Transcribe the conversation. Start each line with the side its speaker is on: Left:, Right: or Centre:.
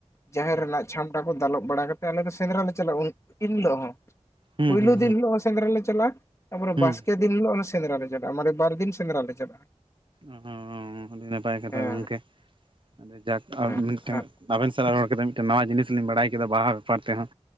Left: ᱡᱟᱦᱮᱨ
Right: ᱦᱮᱸ
Left: ᱨᱮᱱᱟᱜ ᱪᱷᱟᱢᱰᱟ ᱠᱚ ᱫᱟᱞᱚᱵ ᱵᱟᱲᱟ ᱠᱟᱛᱮᱜ ᱟᱞᱮ ᱫᱚ ᱥᱮᱸᱫᱽᱨᱟ ᱞᱮ ᱪᱟᱞᱟᱜᱼᱟ ᱩᱱ ᱤᱱ ᱦᱤᱞᱳᱜ ᱦᱚᱸ
Right: ᱦᱩᱸ
Left: ᱯᱩᱭᱞᱩ
Right: ᱦᱩᱸ
Left: ᱫᱤᱱ ᱦᱳ ᱥᱮᱸᱫᱽᱨᱟ ᱞᱮ ᱪᱟᱞᱟᱜᱼᱟ ᱛᱟᱯᱚᱨᱮ
Right: ᱦᱩᱸ
Left: ᱵᱟᱥᱠᱮ ᱫᱤᱱ ᱦᱤᱞᱳᱜ ᱚᱱᱮ ᱥᱮᱸᱫᱽᱨᱟ ᱞᱮ ᱪᱟᱞᱟᱜᱼᱟ ᱢᱟᱱᱮ ᱵᱟᱨ ᱫᱤᱱ ᱥᱮᱸᱫᱽᱨᱟ ᱞᱮ ᱪᱟᱞᱟᱜᱼᱟ᱾
Right: ᱚ ᱟᱹᱰᱤ ᱱᱟᱯᱟᱭ ᱠᱟᱛᱷᱟ
Left: ᱦᱮᱸ
Right: ᱜᱚᱝᱠᱮ ᱟᱹᱰᱤ ᱡᱟᱠ
Left: ᱦᱮᱸ
Right: ᱢᱤᱫᱴᱮᱝ
Left: ᱟᱨ
Right: ᱟᱵᱮᱱ ᱥᱟᱞᱟᱜ ᱨᱚᱲ ᱠᱟᱛᱮᱜ ᱢᱤᱫᱴᱮᱱ ᱱᱟᱣᱟ ᱡᱤᱱᱤᱥ ᱞᱤᱧ ᱵᱟᱲᱟᱭ ᱠᱮᱫᱟ ᱵᱟᱦᱟ ᱵᱮᱯᱟᱨ ᱛᱮᱦᱚᱸ